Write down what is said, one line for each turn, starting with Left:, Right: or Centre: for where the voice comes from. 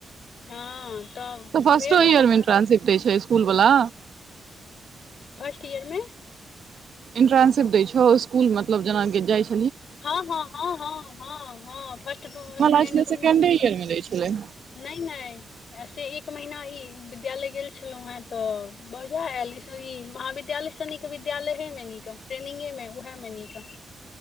Left: हँ
Right: तऽ फर्स्टो
Left: भेल हमर
Right: इयर मे ट्रांस्ट छै इकुल वालला
Left: फर्स्ट ईयरमे
Right: इंट्रनशिप दै छौ स्कूल मतलब जेनााक जाइ छौ
Left: हँ हँ हँ हँ हँ हँ फर्स्ट दोनो
Right: हमरा
Left: में सेकेड
Right: लागै छलै
Left: दोनो
Right: सेकेंडे
Left: में
Right: ईयर मे दै छलै
Left: नहि नहि से एक महीना ई विद्यालय गेल छलौं हें तऽ बझा एयल इस ई महाविद्यालय सनि विद्यालये मे न ट्रेनिंगे में उएह मे नीक